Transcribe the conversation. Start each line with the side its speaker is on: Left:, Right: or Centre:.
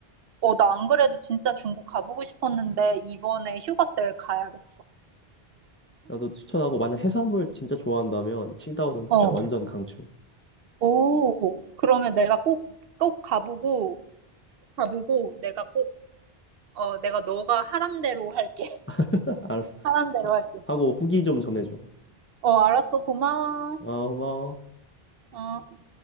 Right: 어, 나 안 그래도 진짜 중국 가보고 싶었는데, 이번에 휴가 때 가야겠어.
Left: 나도 추천하고 만약 해산물 진짜 좋아한다면 칭다오는 진짜
Right: 어.
Left: 완전 강추.
Right: 오, 그러면 내가 꼭, 꼭 가보고, 가보고, 내가 꼭, 어, 내가 너가 하란 대로 할게. <laughs>
Left: <laughs> 알았어.
Right: 하란 대로
Left: 아,
Right: 할게.
Left: 하고 후기 좀 전해줘.
Right: 어, 알았어. 고마워.
Left: 어, 고마워.
Right: 어.